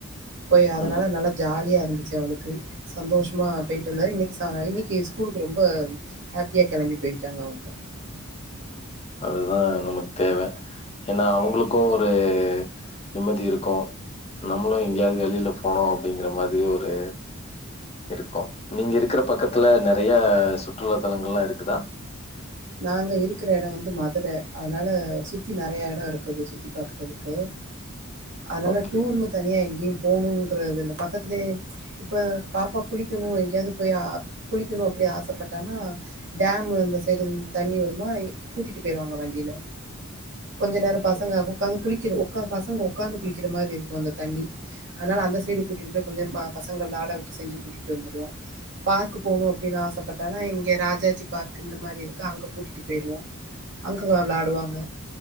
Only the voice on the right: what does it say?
போய் அதனால
நல்லா ஜாலியா இருந் துச்சு அவளுக்கு சந்தோஷமா போயிட்டு வந்தாரு இன்னைக்கு சாய் இன்னைக்கு ஸ்கூலுக்கு ரொம்ப ஹாப்பியா கெளம்பி போயிட்டாங்க அவங்க
நாங்க இருக்கிற எடோ வந்து மதுர அதுனால சுத்தி நெறையா எடோ இருக்குது சுத்தி பாக்குறதுக்கு அதனால
டூர்னு தனியா எங்கயு போணுங்கிறதில்ல பக்கத்திலே இப்ப பாப்பா குளிக்கணு எங்கயாது போய் குளிக்கணு அப்டி ஆசப்பட்டானா டேமு அந்த சைடு தண்ணி வருமா கூட்டிட்டு போயிருவாங்க வண்டில கொஞ்ச நேரோ
பசங்க உக்காந்து குளி க்கிற ஒக்காந் பசங்க ஒக்காந்து குளிக்கிற மாரி இருக்கு அந்த தண்ணி அதனால அந்த சைடு கூட்டிகிட்டு போய் கொஞ்சோ ப பசங்கள விலாட விட்டு செஞ்சு கூட்டிட்டு வந்துருவோ பார்கு போணு அப்டினு ஆசப் பட்டானா இங்க ராஜாஜி பார்கு இந்த மாரி இரு க்கு அங்க கூட்டிட்டு போயிருவோ அங்க விளாடுவாங்க